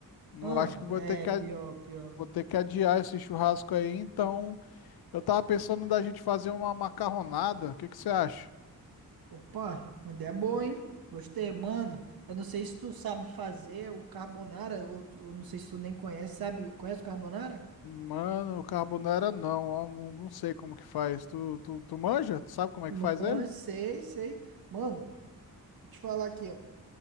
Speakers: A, on the left (about 85°); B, on the right (about 75°).
A: Eu
B: Ah,
A: acho que vou
B: é,
A: ter que
B: pior, pior.
A: Vou ter que adiar esse churrasco aí, então eu tava pensando da gente fazer uma macarronada. O que que você acha?
B: Opa, uma ideia boa, hein? Gostei, mano. Eu não sei se tu sabe fazer o carbonara, ou, tu- ou não sei se tu nem conhece, sabe? Conhece o carbonara?
A: Mano, carbonara não, ó, não, não sei como que faz. Tu, tu, tu manja? Tu sabe como é
B: Mas
A: que faz ele?
B: sei, sei. Mano, te falar aqui, ó.